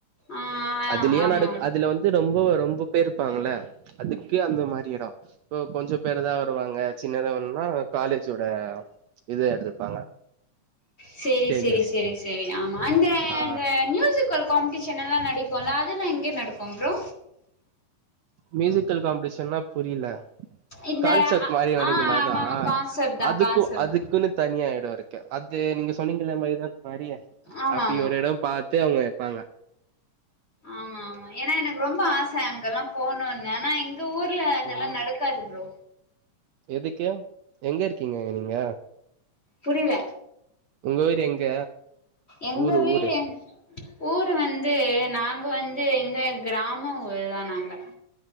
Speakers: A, on the left; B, on the right.
A: ஆ
B: அதுலேயு
A: ஆமா ஆமா
B: நடக் அதுல வந் து ரொம்போ ரொம்போ பேர் இருப்பாங்கல்ல அதுக்கே அந்த மாரி எடோ இப்போ கொஞ்சோ பேர்தா வருவாங்க சின்னதா வேணுன்னா காலேஜோட இத எடுத்துப்பாங்க
A: சேரி
B: ஸ்டேஜஸ்
A: சேரி சேரி சேரி ஆமா அந்த
B: ஆ
A: அந்த ம்யூசிகல் காம்ப்டிஷன் எல்லா நடக்குல அதெல்லா எங்க நடக்கு ப்ரோ
B: மியூசிக்கல் காம்படிஷன்னா புரில்ல
A: இந்த
B: கான்செப்ட்
A: ஆ
B: மாரி நடக்குமே அதா
A: ஆமா ஆமா கான்செப்ட் தா
B: அதுக்கு
A: கான்செப்ட்
B: அதுக்குன்னு
A: தா
B: தனியா எடோ இருக்கு அது நீங்க சொன்னீங்கல்ல மைதானோ மாரி
A: ஆமா
B: அப்டி
A: ஆமா
B: ஒரு எடோ பாத்து அவுங்க வெப்பாங்க
A: ஆமா ஆமா ஏனா எனக்கு ரொம்ப ஆச அங்கெல்லா போணூன்னு ஆனா இங் எங்க ஊர்ல அதெல்லா
B: ம்
A: நடக்காது ப்ரோ
B: எதுக்கு எங்க இருக்கீங்க நீங்க
A: புரியல
B: உங்க வீடு எங்க
A: எங்க
B: ஊரு
A: வீடு
B: ஊரு
A: எங் ஊரு வந்து நாங்க வந்து இந்த கிராமோ ஊருதா நாங்க